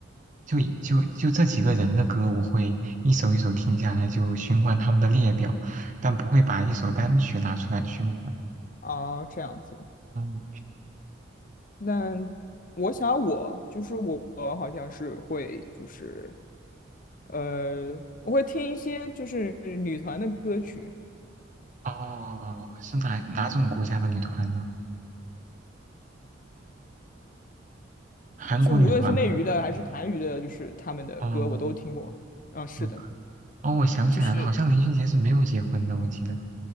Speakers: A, on the right; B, on the left.
A: 就以就就这几个人的歌，我会一首一首听下来，就循环他们的列表，但不会把一首单曲拿出来循环。
B: 啊，这样子。
A: 嗯，
B: 那我想我就是我好像是会就是呃，我会听一些就是女团的歌曲，
A: 哦，是哪哪种国家的女团呢？韩国女团吗？
B: 就无论是内娱的还是韩娱的，就是他们的歌我都听过。
A: 哦，
B: 嗯，是的，
A: 嗯，哦，我想起来了，
B: 就是
A: 好像林俊杰是没有结婚的，我记得。